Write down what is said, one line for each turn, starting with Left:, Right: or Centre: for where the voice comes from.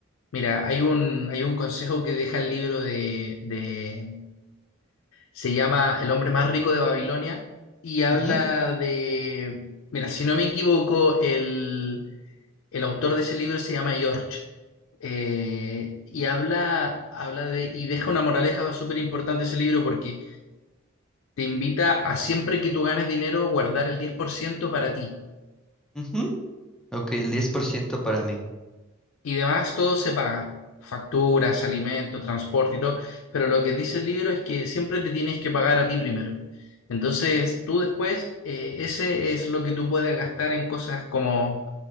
Left: mira, hay un, hay un consejo que deja el libro de, de se llama El hombre más rico de Babilonia y habla
Centre: ujú,
Left: de, mira, si no me equivoco, el, el autor de ese libro se llama George eh, y habla, habla de, y deja una moraleja súper importante ese libro porque te invita a siempre que tú ganes dinero guardar el 10% para ti.
Centre: ujú. Ok, el 10% para mí.
Left: y demás, todo se paga. Facturas, alimento, transporte y todo. Pero lo que dice el libro es que siempre te tienes que pagar a ti primero. Entonces, tú después, eh, ese es lo que tú puedes gastar en cosas como